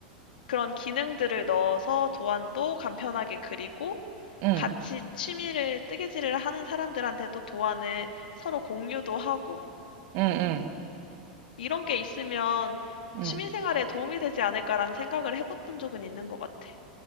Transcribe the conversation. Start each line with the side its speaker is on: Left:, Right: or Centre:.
Left: 그런 기능들을 넣어서 도안도 간편하게 그리고,
Right: 응,
Left: 같이 취미를 뜨개질을 하는 사람들한테도 도안을 서로 공유도 하고
Right: 응, 응, 응,
Left: 이런 게 있으면
Right: 응,
Left: 취미 생활에 도움이 되지 않을까라는 생각을 해봤던 적은 있는 것 같아.